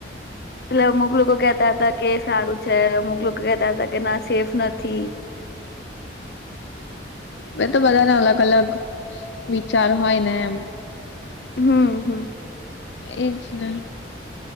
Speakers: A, on the left; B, on the left.
A: એટલે અમુક લોકો કેહેતા હતા કે સારું છે અમુક લોકો કહેતા હતા કે ના સેફ નથી.
B: એ તો બધાને અલગ અલગ વિચાર હોય ને એમ
A: હમ હમ
B: એછ ના